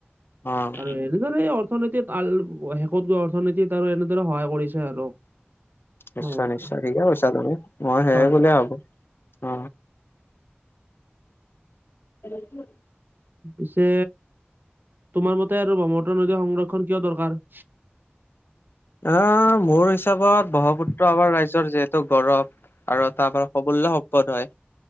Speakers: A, on the left; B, on the right.
A: অ'।
B: আৰু অৰ্থনীতিত কাল, শেষত গৈ অৰ্থনীতিত আৰু এনেদৰে সহায় কৰিছে আৰু
A: নিশ্চয়
B: ব্ৰহ্মপুত্ৰই।
A: -নিশ্চয় ঠিকে কৈছা তুমি, মই সেয়ে
B: হয়,
A: বুলি ভাবো অ এ <unintelligible>
B: পিছে তোমাৰ মতে আৰু ব্ৰক্ষ্মপুত্ৰ নদীৰ সংৰক্ষণ কিয় দৰকাৰ?
A: আহ মোৰ হিচাপত ব্ৰহ্মপুত্ৰ আমাৰ ৰাইজৰ যিহেতু গৌৰৱ আৰু তাৰপৰা অমূল্য সম্পদ হয়